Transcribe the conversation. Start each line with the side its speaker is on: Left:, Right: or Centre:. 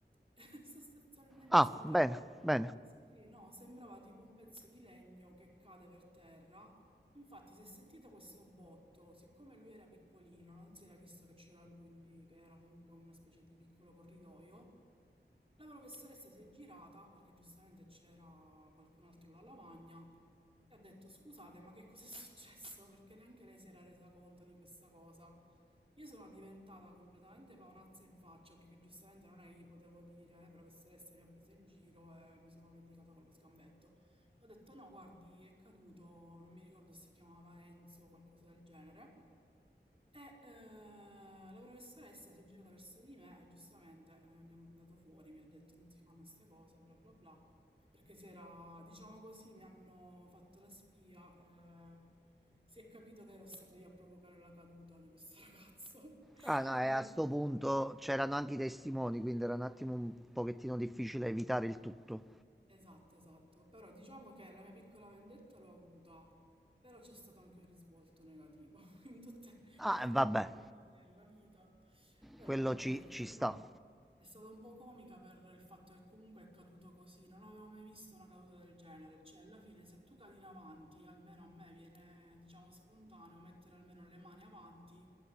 Right: <laughs> Sostanzialmente
Centre: Ah,
Right: sembrava,
Centre: bene, bene.
Right: sì, sì, no, sembrava tipo un pezzo di legno che cade per terra Infatti si è sentito questo botto, siccome lui era piccolino, non si era visto che c'era lui lì, che era comunque una specie di piccolo corridoio, la professoressa si è girata, perché giustamente c'era qualcun altro alla lavagna, e ha detto scusate, ma che cos'è successo? Perché neanche lei si era resa conto di questa cosa. Io sono diventata completamente paonazza in faccia perché giustamente non è che gli potevo dire, "Eh, professoressa mi ha preso in giro e mi sono vendicata con lo sgambetto. Ho detto no, guardi, è caduto, non mi ricordo se si chiamava Enzo o qualcosa del genere, e, ehm, la professoressa si è girata verso di me e giustamente, ehm, mi ha mandato fuori, mi ha detto non si fanno ste cose, bla bla bla, perché si era, diciamo così, mi hanno fatto la spia, eh, si è capito che ero stato io a provocare la caduta di questo <laughs> ragazzo.
Centre: Ah, no,
Right: Quindi
Centre: e a
Right: è
Centre: sto
Right: stato...
Centre: punto c'erano anche i testimoni,
Right: eh.
Centre: quindi era un attimo un pochettino difficile evitare il tutto.
Right: Esatto, esatto. Però diciamo che la mia piccola vendetta l'ho avuta, però c'è stato anche un risvolto negativo, <laughs> in tutte-
Centre: Ah,
Right: come
Centre: e
Right: in
Centre: vabbè,
Right: tutte le cose nella vita. Però
Centre: quello
Right: vabbè,
Centre: ci,
Right: è
Centre: ci
Right: stato,
Centre: sta.
Right: è stata un po' comica per il fatto che comunque è caduto così. Non avevo mai visto una caduta del genere. Cioè, alla fine, se tu cadi in avanti, almeno a me viene, diciamo, spontaneo mettere almeno le mani avanti